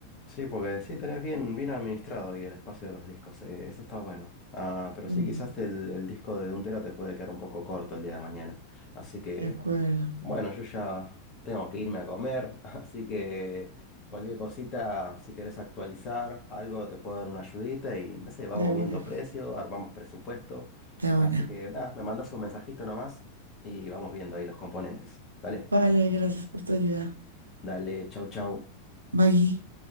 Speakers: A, on the left; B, on the right.
A: sí, porque sí tenés bien, bien administrado ahí el espacio de los discos, eh, eso está bueno. Ah, pero
B: Mm,
A: sí, quizás el, el disco de un tera te puede quedar un poco corto el día de mañana. Así que,
B: de acuerdo.
A: bueno, yo ya tengo que irme a comer, <laughs> así que cualquier cosita, si querés actualizar algo, te puedo dar una ayudita y no sé, vamos
B: De buena.
A: viendo precio, armamos presupuestos.
B: De buena.
A: Así que nada, me mandas un mensajito nomás y vamos viendo ahí los componentes. Dale,
B: Vale, gracias por tu ayuda.
A: dale, chau, chau.
B: Bye.